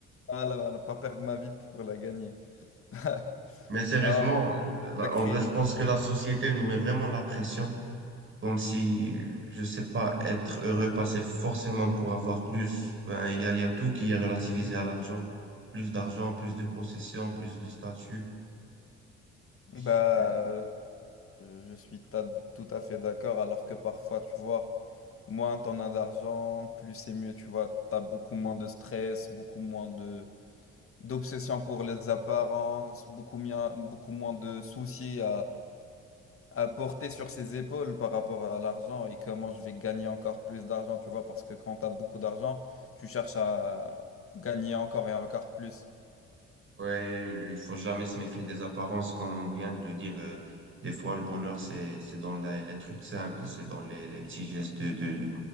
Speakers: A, on the left; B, on the right.
A: Voilà, voilà, pas perdre ma vie pour la gagner. <laughs>
B: Mais sérieusement,
A: Ah ouais,
B: là,
A: sacré.
B: en vrai, je pense que la société nous met vraiment la pression Comme si, je sais pas, être heureux passait forcément pour avoir plus. Ben, il y a, il y a tout qui est relativisé à l'argent. Plus d'argent, plus de possession, plus de statut.
A: Bah,
B: Je sais plus.
A: euh, je suis ta- tout à fait d'accord. Alors que parfois, tu vois, moins t'en as d'argent, plus c'est mieux. Tu vois, t'as beaucoup moins de stress, beaucoup moins de d'obsession pour les apparences, beaucoup, mia- beaucoup moins de soucis à porter sur ses épaules par rapport à l'argent et comment je vais gagner encore plus d'argent, tu vois, parce que quand tu as beaucoup d'argent, tu cherches à gagner encore et encore plus.
B: Ouais, il faut jamais se méfier des apparences, comme on vient de le dire. euh, des fois, le bonheur, c'est, c'est dans la- les trucs simples, c'est dans les, les petits gestes de, de,